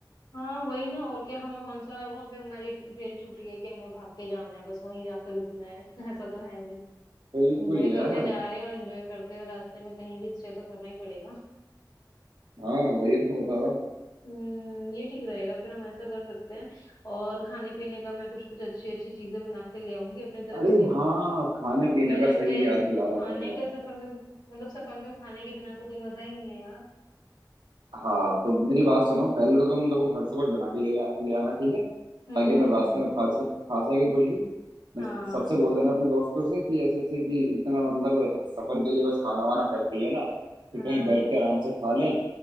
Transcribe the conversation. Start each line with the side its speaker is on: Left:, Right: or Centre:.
Left: हाँ वही ना और क्या हमें कौन सा वहाँ पे हमारी रेल छुट्टी है कि हमें भाग के जाना है बस वहीं जाके रुकना है <laughs> ऐसा तो है नहीं
Right: बिल्कुल
Left: एंजॉय
Right: यार
Left: करने जा रहे हैं और एंजॉय करते हुए रास्ते में कहीं भी स्टे तो करना ही पड़ेगा
Right: हाँ वही तो मैं बता रहा हूँ
Left: हम्म ये ठीक रहेगा फिर हम ऐसा कर सकते हैं और खाने पीने का मैं कुछ कुछ अच्छी अच्छी चीजें बना के ले आऊंगी अपनी तरफ
Right: अरे
Left: से
Right: हाँ खाने पीने
Left: मेरा
Right: का सही
Left: मैं
Right: याद
Left: खाने
Right: दिलाया तुमने
Left: का सफर में तो मतलब सफर में खाने के बिना तो कोई मजा ही नहीं है यार
Right: हाँ तो मेरी बात सुनो पहले तो तुम देखो घर से कुछ बना के ले ला- ले आना ठीक है
Left: हम्म
Right: ताकि
Left: हम्म
Right: मैं रास्ते
Left: हम्म
Right: में खा सक खा सकूँ कुछ भी मैं
Left: हाँ
Right: सबसे बोल देना अपने दोस्तों से कि ऐसे ऐसे कि इतना मतलब सफर के लिए बस खाना वाना पैक कर लेना
Left: हाँ
Right: कि कहीं बैठ के आराम से खा लें